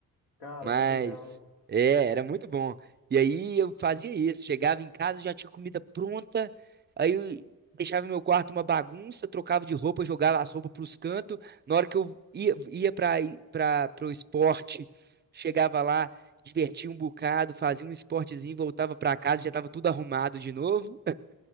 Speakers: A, on the left; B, on the right.
A: Cara,
B: mas
A: que legal.
B: é, era muito bom. E aí eu fazia isso, chegava em casa, já tinha comida pronta, aí eu deixava meu quarto uma bagunça, trocava de roupa, jogava as roupas para os cantos. Na hora que eu ia, ia para o esporte, chegava lá, divertia um bocado, fazia um esportezinho, voltava para casa, já estava tudo arrumado de novo.